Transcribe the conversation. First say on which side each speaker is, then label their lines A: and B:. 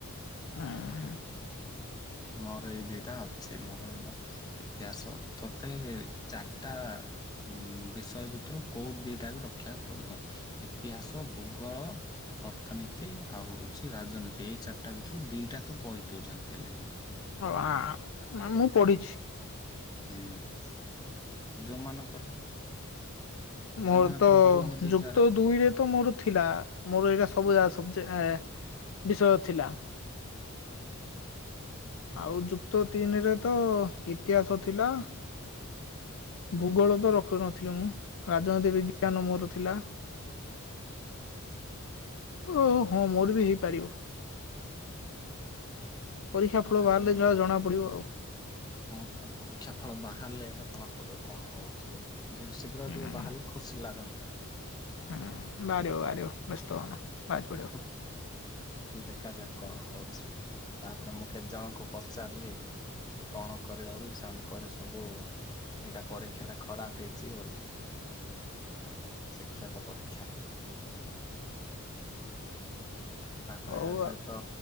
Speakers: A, on the left (about 65°); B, on the left (about 20°).
A: ହୁଁ।
B: ମୋର ଏଇ ଦିଟା ଅଛି! ମୋର ଇତିହାସ ତତେ ଚାରଟା ଉଁ ବିଷୟ ଭିତରୁ କୋଉ ଦିଟା ବି ରଖିବାକୁ ପଡିବ, ଇତିହାସ ଭୂଗୋଳ! ଅର୍ଥନୀତି ଆଉ ଉଛି ରାଜନୀତି ଏଇ ଚାରିଟା ଭିତରୁ ଦିଟାତ ପଳିଥେଉ ଯେମିତି ହେଲେବି!
A: ଆଉ ଆ ମୁଁ ପଢିଚି!
B: ଉଁ ଯୋଉମାନଙ୍କର
A: ମୋରତ
B: ଯୋଉମାନଙ୍କର ହଉନି ବିଜାର
A: ଯୁକ୍ତ ଦୁଇରେତ ମୋର ଥିଲା! ମୋର ଏରା ସବୁ ସଚି ଏଁ ବିଷୟ ଥିଲା! ଆଉ ଯୁକ୍ତ ତିନିରେତ ଇତିହାସ ଥିଲା! ଭୂଗୋଳତ ରଖୁ ନଥିଲି ମୁଁ! ରାଜନୀତି ବିଜ୍ଞାନ ମୋର ଥିଲା! ଓ ହଁ ମୋର ବି ହେଇପାରିବ! ପରୀକ୍ଷା
B: ଏମିତି କଥା
A: ଫଳ ବାହାରିଲେ
B: ସବୁ
A: ଯାହା ଜଣା ପଡିବ ଆଉ!
B: ହଁ ପରା ପରୀକ୍ଷା ଫଳ ବାହାରିଲେ ଜଣା ପଡିବ କଣ ହଉଚି ବୋଲି! ଯେଉ ଶୀଘ୍ର
A: ହୁଁ
B: ଟିକେ ବାହାରିଲେ ଖୁସି ଲାଗନ୍ତା!
A: ହୁଁ ବାହାରିବ ବାହାରିବ ବ୍ୟସ୍ତ ହୁଅନା ବାହାରି ପଡିବ! ହୁଁ।
B: ହୁଁ ଦେଖାଯାଉ କଣ ହଉଚି, ତାପରେ ମୁଁ କେତେ ଜଣଙ୍କୁ ପ ଚାରଲି କଣ କରିବ ବୋଲି ସେମାନେ କହିବେ ସବୁ ଏଇଟା ପରୀକ୍ଷା ଟା ଖରାପ ହେଇଚି ବୋଲେ ଉଁ ଶିକ୍ଷକ ପରୀକ୍ଷା! ତାପରେ
A: ହଉ
B: ଏବେତ
A: ଆ